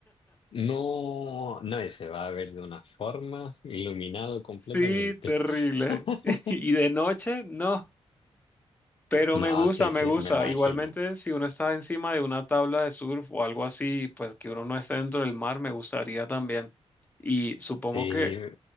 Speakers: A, on the left; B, on the left.
A: no, no, se va a ver de una forma iluminado completamente.
B: Sí, terrible.
A: <laughs>
B: <laughs> Y de noche, no. Pero me
A: No,
B: gusta,
A: sí,
B: me
A: sí,
B: gusta.
A: me imagino.
B: Igualmente, si uno está encima de una tabla de surf o algo así, pues que uno no esté dentro del mar, me gustaría también. Y supongo
A: Eh,
B: que,